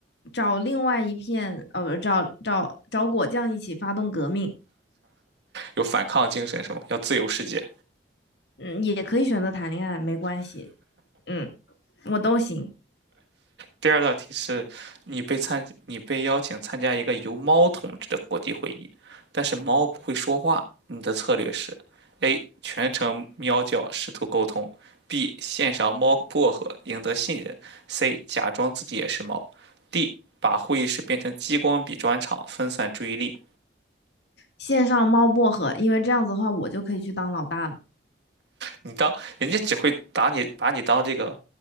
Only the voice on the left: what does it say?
找另外一片呃，不，找找找果酱一起发动革命。
嗯，也可以选择谈恋爱，没关系。嗯，我都行。
线上猫薄荷，因为这样子的话，我就可以去当老大了。